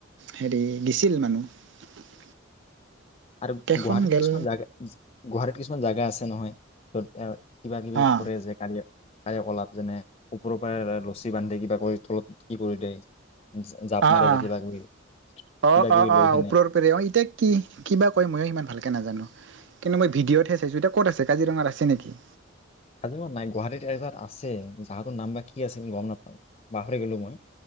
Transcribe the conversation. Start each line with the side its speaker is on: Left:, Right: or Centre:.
Right: হেৰি গিছিল মানুহ।
Left: আৰু
Right: কেইখন
Left: গুৱাহাটীত
Right: গেল
Left: কিছুমান জাগাত গুৱাহাটীত কিছুমান জাগা আছে নহয়। <unintelligible> কিবা-কিবি
Right: অ',
Left: কৰে যে কাৰ তায় অলাপ যেনে ওপৰৰ পৰাই লছী বান্ধে কিবা কৰি তলত কি কৰি দিয়ে। জা- জাপ
Right: অ-অ-অ-অ-অ
Left: মাৰে যে কিবা কিবি কিবা কিবি লৈ সেনে
Right: ওপৰৰ পৰে, অ ইতিয়া কি কিবা কয়ো সিমান ভালকৈ নাজানো, কিন্তু মই ভিডিঅ'তহে চাইছোঁ। এতিয়া ক'ত আছে কাজিৰঙাত আছে নেকি?
Left: আাজি ম নাই গুৱাহাটীত এাত আছে যাহটোৰ নাম বা কি আছিল গম নাপাওঁ পাহৰি গলো মই